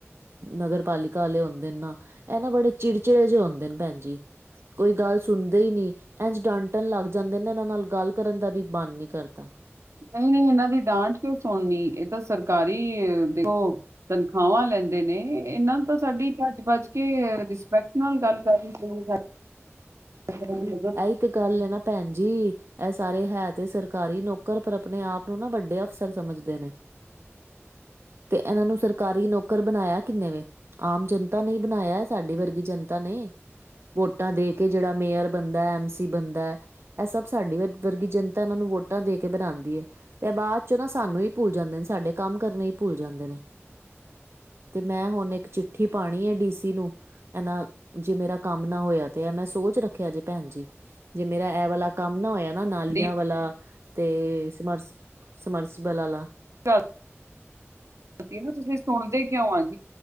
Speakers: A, on the right; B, on the right.
A: ਨਗਰ ਪਾਲਿਕ ਹੁੰਦੇ ਨੇ ਨਾ ਇਹ ਨਾ ਬੜੇ ਚਿੜਚਿੜੇ ਜਿਹੇ ਹੁੰਦੇ ਨੇ ਭੈਣ ਜੀ ਕੋਈ ਗੱਲ ਸੁਣਦੇ ਈ ਨੀ। ਇੰਝ ਡਾਂਟਣ ਲੱਗ ਜਾਂਦੇ ਨੇ ਇਹਨਾਂ ਨਾਲ ਗੱਲ ਕਰਨ ਦਾ ਵੀ ਮਨ ਨੀ ਕਰਦਾ।
B: ਨਹੀਂ-ਨਹੀਂ, ਇਹਨਾਂ ਦੀ ਡਾਂਟ ਕਿਉਂ ਸੁਣਨੀ ਇਹ ਤਾਂ ਸਰਕਾਰੀ ਦੇਖੋ। ਤਨਖਾਵਾ ਲੈਂਦੇ ਨੇ। ਇਹਨਾਂ ਨੂੰ ਤਾਂ ਸਾਡੀ ਭੱਜ ਭੱਜ ਕੇ ਰਿਸਪੈਕਟ ਨਾਲ ਗੱਲ ਕਰਨੀ ਚਾਹੀਦੀ <unintelligible> ਉਹ ਤੁਹਾਡੀ
A: ਇਹੀ ਤੇ ਗੱਲ ਐ ਨਾ ਭੈਣ ਜੀ। ਇਹ ਸਾਰੇ ਹੈ ਤੇ ਸਰਕਾਰੀ ਨੌਕਰ ਪਰ ਆਪਣੇ ਆਪ ਨੂੰ ਨਾ ਵੱਡੇ ਅਫਸਰ ਸਮਝਦੇ ਨੇ। ਤੇ ਇਹਨਾਂ ਨੂੰ ਸਰਕਾਰੀ ਨੌਕਰ ਬਣਾਇਆ ਕਿੰਨੇ ਵੈ। ਆਮ ਜਨਤਾ ਨੇ ਬਣਾਇਆ ਸਾਡੀ ਵਰਗੀ ਜਨਤਾ ਨੇ ਵੋਟਾਂ ਦੇ ਕੇ ਜਿਹੜਾ ਮੇਅਰ ਬਣਦਾ ਐਮ ਸੀ ਬਣਦਾ। ਇਹ ਸਭ ਸਾਡੀ ਵਰਗੀ ਜਨਤਾ ਇਹਨਾਂ ਨੂੰ ਵੋਟਾਂ ਦੇ ਕੇ ਬਣਾਂਦੀ ਐ। ਤੇ ਬਾਅਦ ਚ ਨਾ ਸਾਨੂੰ ਹੀ ਭੁੱਲ ਜਾਂਦੇ ਨੇ ਸਾਡੇ ਕੰਮ ਕਰਨੇ ਈ ਭੁੱਲ ਜਾਂਦੇ ਨੇ। ਤੇ ਮੈਂ ਹੁਣ ਇੱਕ ਚਿੱਠੀ ਪਾਣੀ ਐ ਡੀਸੀ ਨੂੰ। ਇਹਨਾ ਜੇ ਮੇਰਾ ਕੰਮ ਨਾ ਹੋਇਆ ਤੇ ਮੈਂ ਐ ਸੋਚ ਰੱਖਿਆ ਜੇ ਭੈਣ ਜੀ। ਜੇ ਮੇਰਾ ਇਹ ਵਾਲਾ ਕੰਮ ਨਾ ਹੋਇਆ ਨਾ ਨਾਲੀਆਂ
B: ਵੀ
A: ਵਾਲਾ ਤੇ ਸਮਰ ਸਮਰਸੀ ਬੱਲ ਆਲਾ।
B: <unintelligible> ਤੁਸੀਂ ਸੁਣਦੇ ਕਿਉਂ ਆ ਜੀ।